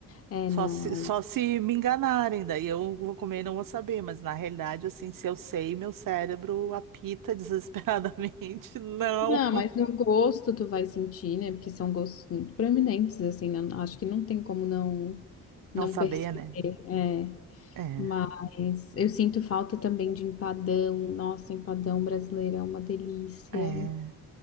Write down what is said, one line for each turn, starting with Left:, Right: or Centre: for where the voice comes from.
Left: É,
Right: Só
Left: não,
Right: se,
Left: aí.
Right: só se me enganarem, daí eu vou comer e não vou saber. Mas na realidade, assim, se eu sei, meu cérebro apita <laughs> desesperadamente. Não.
Left: Não, mas no gosto tu vai sentir, né? Porque são gostos muito proeminentes, assim, né? Acho que não tem como não
Right: Não
Left: não
Right: saber,
Left: perceber.
Right: né?
Left: É.
Right: É.
Left: Mas eu sinto falta também de empadão. Nossa, empadão brasileiro é uma delícia.
Right: É,